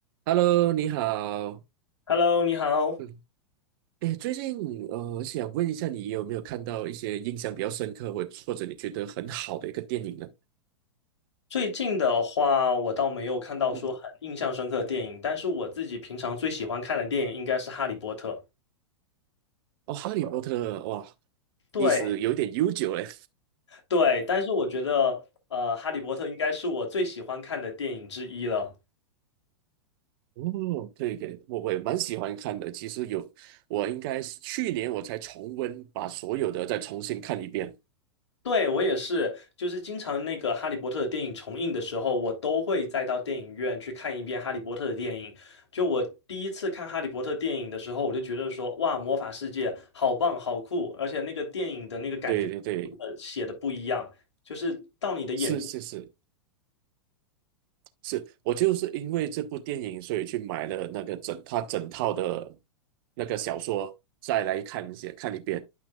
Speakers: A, on the right (about 50°); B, on the left (about 75°).
A: Hello，你好。
B: Hello，你好。
A: 嗯，哎，最近呃，我想问一下，你有没有看到一些印象比较深刻，或或者你觉得很好的一个电影呢？
B: 最近的话，我倒没有看到说很印象深刻的电影，
A: 嗯，
B: 但是我自己平常最喜欢看的电影应该是《哈利波特》。
A: 哦，《哈利波特》哇，
B: 对
A: 历史有点悠久嘞。
B: 对，但是我觉得，呃，《哈利波特》应该是我最喜欢看的电影之一了。
A: 哦，对对，我我也蛮喜欢看的。其实有，我应该是去年我才重温，把所有的再重新看一遍。
B: 对，我也是，就是经常那个《哈利波特》的电影重映的时候，我都会再到电影院去看一遍《哈利波特》的电影。就我第一次看《哈利波特》电影的时候，我就觉得说，哇，魔法世界好棒，好酷，而且那个电影的那个感觉，
A: 对对对，
B: 呃，写的不一样，就是到你的眼睛，
A: 是是是。是我就是因为这部电影，所以去买了那个整他整套的那个小说，再来看一些看一遍。